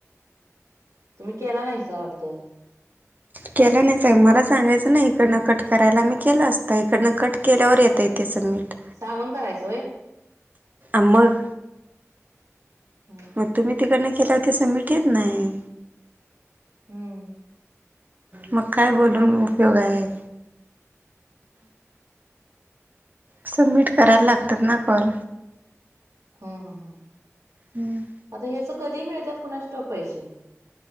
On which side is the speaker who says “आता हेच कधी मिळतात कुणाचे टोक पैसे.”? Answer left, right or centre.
Right